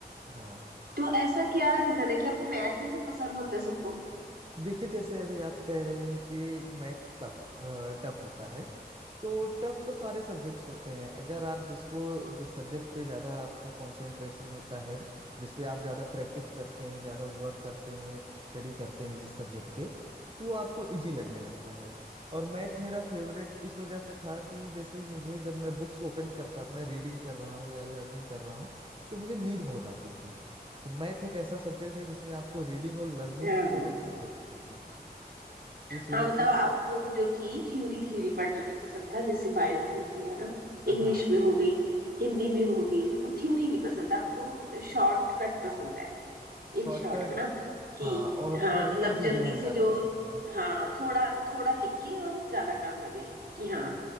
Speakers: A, on the right; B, on the right.
A: हाँ
B: तो ऐसा क्या रीजन है कि आपको मैथ ही क्यों पसंद होता है सबको
A: देखिए जैसे अभी आप कह रही हैं कि मैथ टफ टफ होता है तो टफ तो सारे सब्जेक्ट्स होते हैं अगर आप जिसको जिस सब्जेक्ट पे ज्यादा आपका कंसंट्रेशन होता है जिस पे आप ज्यादा प्रैक्टिस करते हैं ज्यादा वर्क करते हैं स्टडी करते हैं जिस सब्जेक्ट पे तो वो आपको इजी लगने लगता है और मैथ मेरा फेवरेट इस वजह से था कि जैसे मुझे जब मैं बुक्स ओपन करता था रीडिंग कर रहा हूँ या लर्निंग कर रहा हूँ तो मुझे नींद बहुत आती थी तो मैथ एक ऐसा सब्जेक्ट है जिसमें आपको रीडिंग और लर्निंग
B: अच्छा
A: की जरूरत नहीं रहती थी तो इस वजह
B: हाँ मतलब
A: से
B: आपको जो थी थ्योरी थ्योरी पढ़ना नहीं पसंद था जैसे बायो भी होती है ना इंग्लिश
A: हाँ
B: में हो गई हिंदी में हो गई मतलब थ्योरी नहीं पसंद आपको शॉर्टकट पसंद है इन
A: शॉर्टकट
B: शॉर्ट है ना कि
A: हाँ और
B: हाँ
A: प्रैक्टिकल
B: मतलब जल्दी
A: चीजें हमें
B: से
A: ज्यादा
B: जो
A: पसंद है
B: हाँ थोड़ा थोड़ा लिख के और ज्यादा काम लगे कि हाँ